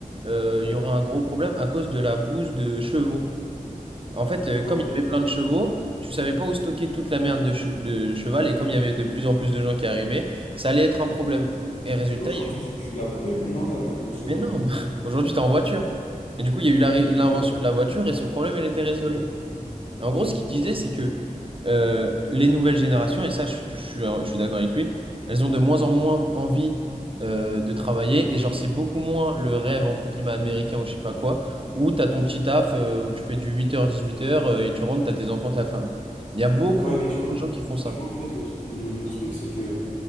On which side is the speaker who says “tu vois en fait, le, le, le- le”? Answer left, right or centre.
Left